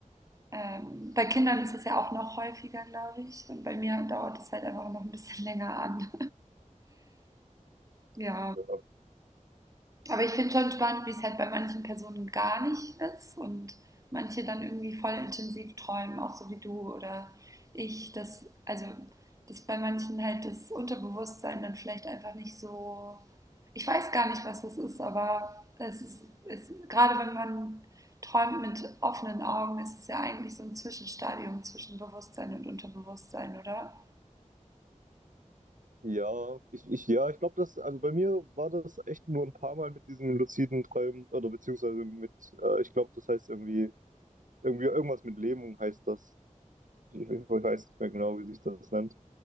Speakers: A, on the right (about 25°); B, on the right (about 80°).
A: Ähm, bei Kindern ist es ja auch noch häufiger, glaube ich. Und bei mir dauert es halt einfach noch ein bisschen länger an. <laughs> Ja,
B: Ja,
A: Aber ich finde schon spannend, wie es halt bei manchen Personen gar nicht ist und manche dann irgendwie voll intensiv träumen, auch so wie du oder ich, dass, also, dass bei manchen halt das Unterbewusstsein dann vielleicht einfach nicht so, ich weiß gar nicht, was das ist, aber es ist, ist gerade wenn man träumt mit offenen Augen, ist es ja eigentlich so ein Zwischenstadium zwischen Bewusstsein und Unterbewusstsein, oder?
B: ja, ich, ich, ja, ich glaube, das, also bei mir war das echt nur ein paar Mal mit diesen luziden Träumen oder beziehungsweise mit, äh, ich glaube, das heißt irgendwie, irgendwie irgendwas mit Lähmung heißt das. Ich, ich weiß nicht mehr genau, wie sich das nennt.